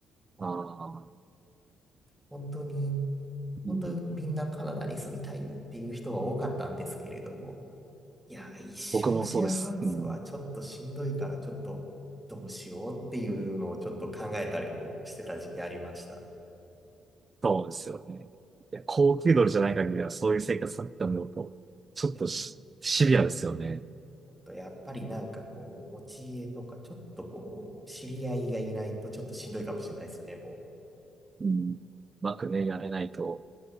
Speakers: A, on the right; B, in the centre.
A: ああ。
B: 本当に本当にみんなカナダに住みたいっていう人は多かったんですけれども、
A: うん
B: いや、一生シェアハウスはちょっとしんどいからちょっとどうしようっていうのをちょっと考えたりもしてた時期ありました。
A: 僕もそうです。うんそうですよね。いや、高級鳥じゃない限りは、そういう生活だって思うと、ちょっとしシビアですよね。
B: いや、本当やっぱりなんかこう、持ち家とかちょっとこう、知り合いがいないとちょっとしんどいかもしれないですね、も
A: うん。うまくね、やれないと。